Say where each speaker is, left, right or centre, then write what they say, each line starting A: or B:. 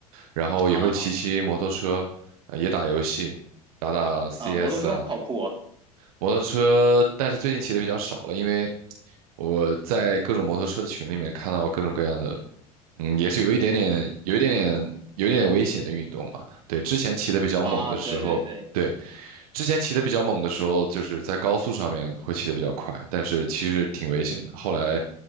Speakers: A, on the right; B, on the right.
A: 然后也会骑骑摩托车，
B: 啊
A: 呃也打游戏，打打 CS
B: 啊，摩托车好酷啊！
A: 啊，摩托车，但是最近骑的比较少了，因为我在各种摩托车群里面看到各种各样的，嗯，也是有一点点、有一点点、有一点点危险的运动嘛。对，之前骑的比较猛的时候，
B: 啊，对对对，
A: 对，之前骑的比较猛的时候，就是在高速上面会骑的比较快，但是其实挺危险的。后来，